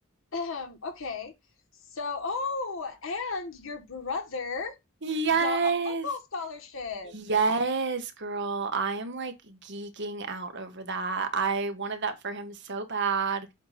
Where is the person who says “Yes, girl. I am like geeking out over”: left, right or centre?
Right